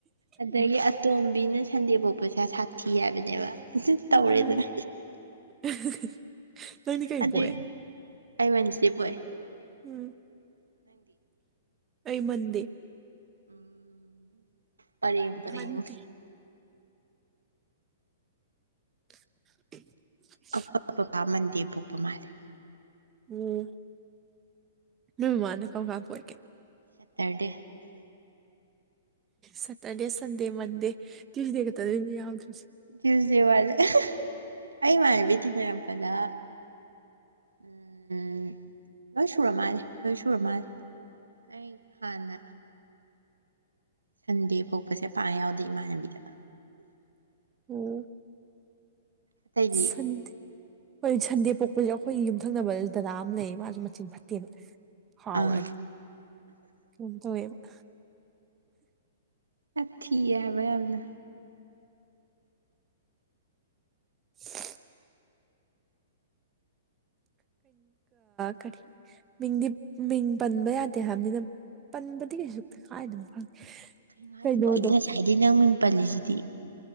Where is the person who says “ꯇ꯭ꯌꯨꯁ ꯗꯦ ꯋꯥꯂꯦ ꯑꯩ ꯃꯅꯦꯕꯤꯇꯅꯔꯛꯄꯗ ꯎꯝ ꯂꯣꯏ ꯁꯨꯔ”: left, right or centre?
Right